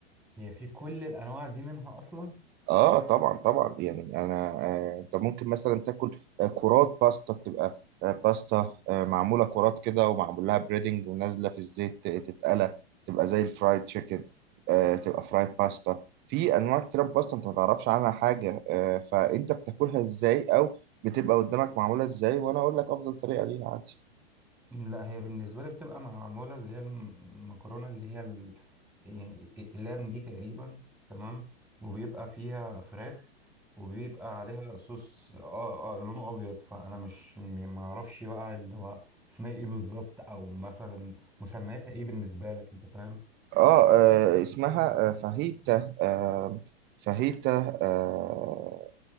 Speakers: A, in the centre; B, on the right (about 35°).
A: هي في كل الانواع دي منها اصلا
B: اه طبعا طبعا يعني انا آه انت ممكن مثلا تاكل آه، كرات باستا بتبقى آه باستا آه معموله كرات كده ومعمول لها بريدنج ونازله في الزيت ت- تتقلى تبقى زي الفرايد تشيكن آه تبقى فرايد باستا في انواع كتير من باستا انت ما تعرفش عنها حاجه آه فانت بتاكلها ازاي او بتبقى قدامك معموله ازاي وانا اقول لك افضل طريقه ليها عادي
A: لا هي بالنسبة لي بتبقى معمولة اللي هي المكرونة اللي هي ال... يعني اللام دي تقريبا تمام وبيبقى فيها فراخ وبيبقى عليها صوص اه اه لونه ابيض فانا مش م- ما اعرفش بقى اللي هو اسمها ايه بالظبط او مثلا مسمياتها ايه بالنسبة لك انت فاهم
B: اه آه، اسمها آه فاهيتا آه فاهيتا آه